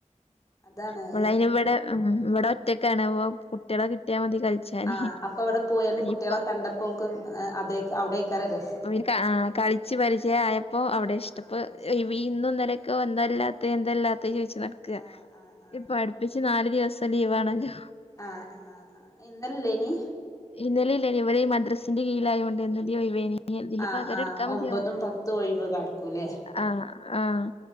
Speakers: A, on the left (about 25°); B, on the left (about 50°).
A: അതാണ്
B: ഇവള്
A: അത്
B: അയിന് ഇവ്ടെ മ് ഇവടെ ഒ റ്റക്കാണ്. അപ്പ കുട്ടിളെ കിട്ടിയാൽ മതി. കളിച്ചാന്
A: ആഹ് അപ്പ അവിടെ പോയാണ്ട് കുട്ടിളെ
B: ഇപ്പൊ
A: കണ്ടപ്പോൾ ഓൾക്ക് അതെയ് അവ്ടെക്കാരം ര
B: ഒര് ആഹ് കളിച്ച് പരിചയ ആയപ്പ അവിടെ ഇഷ്ടപ്പ്
A: ആ അവിടെ ഇഷ്ടാവും
B: വി ഇന്നു ഇന്നലെക്കെ ഇപ്പ എന്തല്ലാത്ത എന്തല്ലാത്ത ചോയിച്ച് നടക്ക്.
A: ആ ആ ആ
B: ഇപ്പ അട്പ്പിച്ച് നാല് ദിവസം ലീവ് ആണല്ലോ.
A: ആഹ് ആഹ് ആഹ് ഇന്നല്ലേനി
B: ഇന്നലെ ഇവര് ഈ മദ്രസിന്റെ കീഴിൽ ആയോണ്ട് ഇന്ന് ലീവ് ഏനി. ഇഞ്ഞ് ഇതിന്റെ
A: ആ
B: പകരം
A: ആ
B: ഇട്ക്കാമതിയാവും.
A: ഒമ്പതും പത്തും ഒഴിവ് കടക്കൂല്ലേ
B: ആഹ് ആഹ്